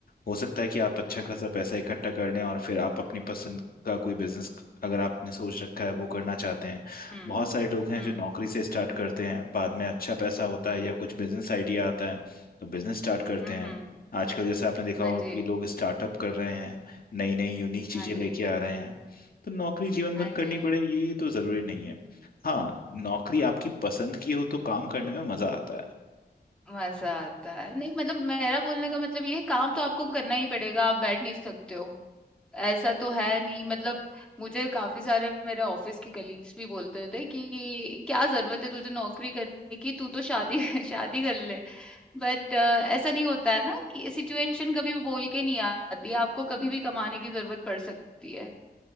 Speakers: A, on the left; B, in the centre.
A: हो सकता है कि आप अच्छा
B: हम्म
A: खासा पैसा इकट्ठा कर लें और फिर आप अपनी पसंद का कोई बिजनेस अगर आपने सोच रखा है वो करना चाहते हैं
B: हम्म
A: बहुत सारे लोग हैं
B: हम्म
A: जो नौकरी से स्टार्ट करते हैं बाद में अच्छा पैसा होता
B: हम्म
A: है या कुछ बिजनेस आइडिया आता है तो बिजनेस स्टार्ट करते
B: हम्म
A: हैं
B: हम्म,
A: आजकल जैसे आपने देखा
B: हाँ
A: होगा
B: जी
A: कि लोग स्टार्टअप कर रहे हैं नई नई यूनिक चीज़ें
B: हाँ जी
A: लेके आ रहे हैं तो नौकरी जीवन
B: हाँ
A: भर करनी
B: जी
A: पड़े ये तो ज़रूरी नहीं है हाँ नौकरी आपकी पसंद की हो तो काम करने में मजा आता है
B: मजा आता है नहीं मतलब मेरा बोलने का मतलब ये है काम तो आपको करना ही पड़ेगा आप बैठ नहीं सकते हो ऐसा तो है नहीं मतलब मुझे काफी सारे मेरे ऑफिस के कलीग्स भी बोलते थे कि क्या जरूरत है तुझे नौकरी करने की तू तो शादी <laughs> शादी कर ले बट ऐसा नहीं होता है ना कि सिचुएशन कभी भी बोल के नहीं आती आपको कभी भी कमाने की जरूरत पड़ सकती है